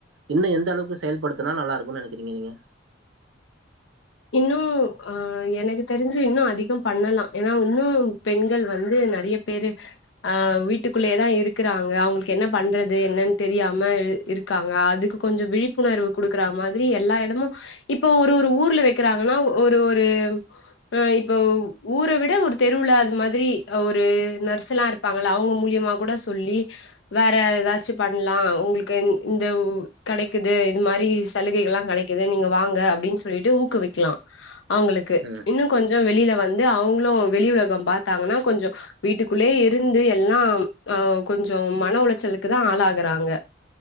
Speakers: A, on the right; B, on the left.
A: இன்னு எந்த அளவுக்கு செயல்படுத்துனா நல்லா இருக்குனு நெனைக்கிறீங்க நீங்க
B: இன்னு ஆ எனக்கு தெரிஞ்சி இன்னு அதிக பண்ணலா ஏன்னா இன்னு பெண்கள் வந்து நெறய பெரு அ வீட்டுக்குள்ளயேதா இருக்கறாங்க அவங்களுக்கு என்ன பண்றது என்னனு தெரியாம இருக்காங்க அதுக்கு கொஞ்ச விழிப்புணர்வு குடுக்கற மாதிரி எல்லா இடமு இப்ப ஒரு ஒரு ஊர்ல வைக் இருக்கிறாங்கனா ஒரு ஒரு ஆ இப்ப ஊர விட ஒரு தெருவுல அது மாதிரி ஒரு நர்சலா இருப் விப்பாங்கள அவங்க மூலியமா கூட சொல்லி வேற ஏதாச்சு பண்லா உங்ளுக்கு இந்த கடைக்குது இது மாரிஸ் சலுகைகல்லா கடைக்குது நீங்க வாங்க அப்டினு சொல்லிட்டு ஊக்குவிக்கலா அவங்ளுக்கு
A: ம்
B: இன்னு கொஞ்ச வெளில வந்து அவங்ளு வெளி உலக பாத்தாங்கனா கொஞ்ச வீட்டுக்குள்ளே இருந்து எல்லா அ கொஞ்சோ மன உளைச்சலுக்கு தா ஆளாகறாங்க